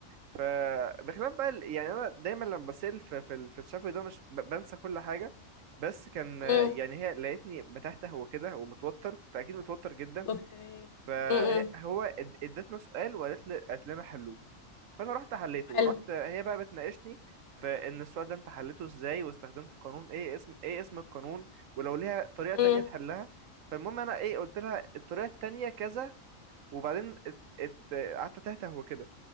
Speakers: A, on the right (about 75°); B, on the left (about 60°).
A: فبخلاف بقى ال- يعني انا دايما لما بسأل في في ال- في الشفوي ده مش ب- بنسى كل حاجة بس كان
B: امم
A: آه، يعني هي لقيتني بتهته وكده ومتوتر كنت اكيد متوتر جدا
B: اوكي
A: فهو
B: امم
A: ادتنا سؤال وقالت لي قالت لنا حلوه فانا رحت حليته
B: حلو
A: ورحت هي بقى بتناقشني في ان السؤال ده انت حليته ازاي واستخدمت قانون ايه اسم ايه اسم القانون ولو ليها طريقة
B: امم
A: تانية تحلها فالمهم انا ايه قلت لها الطريقة التانية كذا وبعدين ات- ات- قعدت تهته وكده